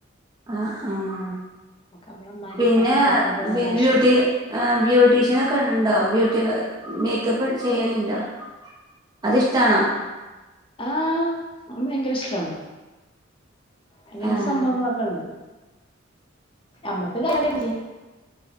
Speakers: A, on the right (about 20°); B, on the left (about 30°).
A: ആഹ ആഹ
B: നമ്മളെ ഇമ്മാന്റിം
A: പിന്നെ
B: ഇപ്പാന്റിം അടുത്ത് എത്തുമ്പോ വേറെ
A: പിന്നെ
B: ആശ്വാസാ
A: ബ്യൂട്ടി ആ ബ്യൂട്ടീഷ്യൻ ഒക്കെ ഉണ്ടോ ബ്യൂട്ടി മേക്കപ്പ് ചെയ്യലുണ്ടോ അത്ഷ്ടാണോ
B: ആഹ് അ ഭയങ്കര ഇഷ്ടാണ് അങ്ങനത്തെ
A: ആഹ്
B: സംഭവങ്ങളൊക്കെ ഉണ്ട് അമ്മക്ക് <inaudible>